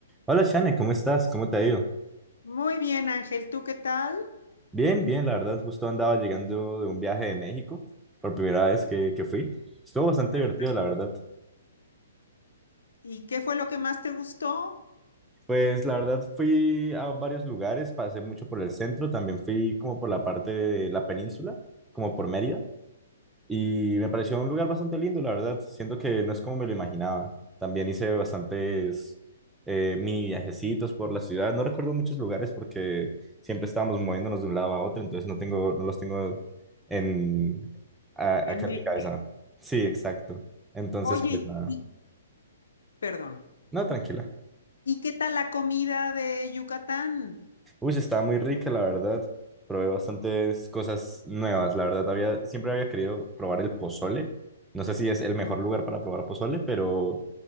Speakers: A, in the centre; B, on the left.
A: Hola Shane, ¿cómo estás? ¿Cómo te ha ido?
B: Muy bien, Ángel, ¿tú qué tal?
A: Bien, bien, la verdad, justo andaba llegando de un viaje de México, por primera vez que, que fui. Estuvo bastante
B: Fantástico.
A: divertido, la verdad.
B: ¿Y qué fue lo que más te gustó?
A: Pues la verdad fui a varios lugares, pasé mucho por el centro, también fui como por la parte de la península, como por Mérida. Y me pareció un lugar bastante lindo, la verdad. Siento que no es como me lo imaginaba. También hice bastantes eh, mini viajecitos por la ciudad. No recuerdo muchos lugares porque siempre estábamos moviéndonos de un lado a otro, entonces no tengo, no los tengo en, a-
B: En
A: acá en
B: mente.
A: mi cabeza. Sí, exacto. Entonces,
B: Oye,
A: pues nada.
B: y- y- perdón.
A: No, tranquila.
B: ¿Y qué tal la comida de Yucatán?
A: Uy, está muy rica, la verdad. Probé bastantes cosas nuevas, la verdad. Había, siempre había querido probar el pozole. No sé si es el mejor lugar para probar pozole, pero,